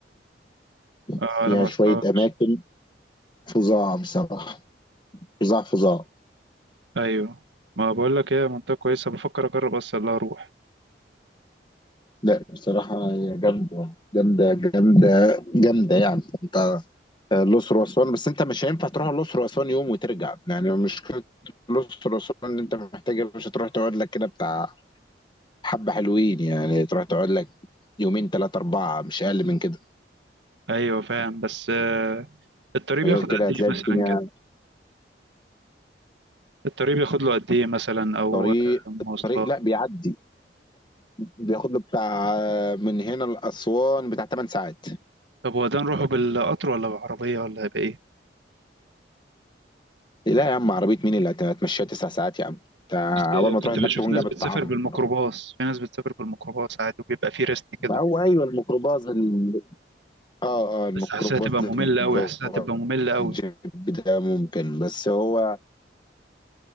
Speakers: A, on the right; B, on the left.
A: اه
B: فيها
A: لا ما
B: شوية
A: رحتهاش
B: اماكن فظاع بصراحة فظاع فظاع
A: أيوه ما بقول لك هي منطقة كويسة بفكر أجرب أصلا لا أروح
B: لا بصراحة هي جامدة جامدة جامدة جامدة يعني انت الأقصر وأسوان بس انت مش هينفع تروح الأقصر وأسوان يوم وترجع يعني مشكلة الأقصر وأسوان ان انت محتاج مش هتروح تقعد لك كده بتاع حبة حلوين يعني تروح تقعد لك يومين ثلاثة أربعة مش أقل من كده
A: أيوه فاهم بس آه، الطريق بياخد
B: غير كده
A: قد
B: هتلاقي
A: إيه مثلا
B: الدنيا
A: كده الطريق بياخد له قد إيه مثلا أو
B: طريق
A: آه، مواصلات
B: الطريق لا بيعدي بياخد له بتاع من هنا لأسوان بتاع 8 ساعات
A: طب هو ده نروحه بالقطر ولا بالعربية ولا بإيه؟
B: لا يا عم عربية مين اللي هت- هتمشيها 9 ساعات يا عم انت
A: كنت
B: أول ما تروح
A: كنت
B: هناك
A: بشوف
B: تكون
A: ناس
B: جابت
A: بتسافر
B: طعام
A: بالميكروباص في ناس بتسافر بالميكروباص عادي وبيبقى فيه ريست كده
B: هو ايوه الميكروباص ال... اه اه الميكروباص
A: بس حاسسها تبقى مملة
B: اللي
A: أوي حاسسها
B: هو
A: تبقى مملة أوي
B: الجيب ده ممكن بس هو